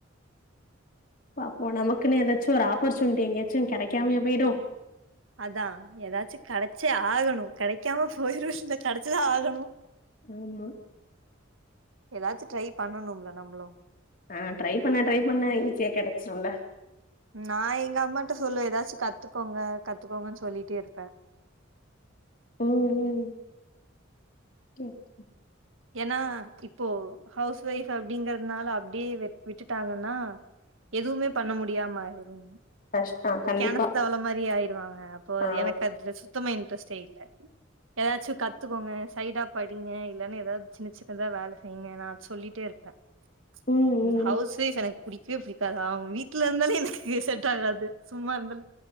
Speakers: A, on the left; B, on the right.
A: பாப்போம் நமக்குன்னு ஏதாச்சும் ஒரு ஆப்பர்ச்சுனிட்டி எங்கேயாச்சும் கிடைக்காமயா போயிடும்
B: அதான் ஏதாச்சும் கெடைச்சே ஆகணும் கெடை க்காம போயிரும் சிலத் கெடைச்சிதான் ஆகணும்
A: ஆமா
B: ஏதாச்சும் ட்ரை பண்ணணும்ல நம்மளும்
A: ஆஹ் ட்ரை பண்ண ட்ரை பண்ண ஈஸியா கிடைச்சிரும்ல
B: நான் எங்க அம்மாட்ட சொல்லுவேன் ஏதாச்சும் கத்துக்கோங்க கத்துக்கோங்கன்னு சொல்லிட்டே இருப்பேன்
A: உம் உம் ஓகே கே
B: ஏனா இப்போ ஹவுஸ்வைஃப் அப்படிங்கறதுனால அப்டியே விட்டுட்டாங்கன்னா எதுவுமே பண்ண முடியாம ஆயிறும்
A: கஷ் ஆ கண்டிப்பா.
B: கெணத்து தவள மாரி ஆயிருவாங்க அப்போ
A: ஆ.
B: எனக்கு அதுல சுத்தமா இன் ட்ரஸ்டே இல்ல ஏதாச்சும் கத்துக்கோங்க சைடா படிங்க இல்லன்ன ஏதாவது சின்ன சின்னதா வேலை செய்யிங்க நான் அத சொல்லிட்டே இருப்பேன்
A: ம்,
B: இந்த
A: ம்.
B: ஹவுஸ் வைஃப் எனக் புடிக்கவே புடிக்காது அவங்க வீட்டுல இருந்தாலே எனக்கு செட் ஆகாது சும்மா இருந்தாலும்